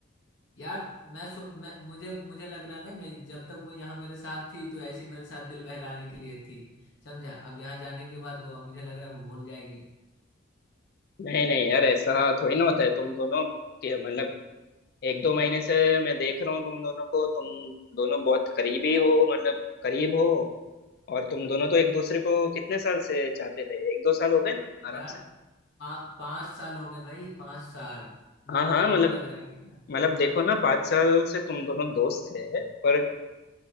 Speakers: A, on the left; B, on the left.
A: यार मैं, सो, मैं मुझे मुझे लग रहा है ना मैं जब तक वो यहाँ मेरे साथ थी तो ऐसे ही मेरे साथ दिल बहलाने के लिए थी समझा अब यहाँ जाने के बाद वो अब मुझे लग रहा है वो भूल जाएगी
B: नहीं नहीं यार ऐसा थोड़ी ना होता है तुम दोनों के मतलब एक दो महीने से मैं देख रहा हूँ तुम दोनों को तुम दोनों बहुत करीबी हो मतलब करीब हो और तुम दोनों तो एक दूसरे को कितने साल से चाहते थे एक दो साल हो गए ना आराम
A: यार
B: से
A: पा, पांच साल हो गए भाई पांच साल तुमको
B: हाँ
A: मामूली
B: हाँ मतलब
A: लग रहा है क्या
B: मतलब देखो ना पाँच साल से तुम दोनों दोस्त थे पर अ,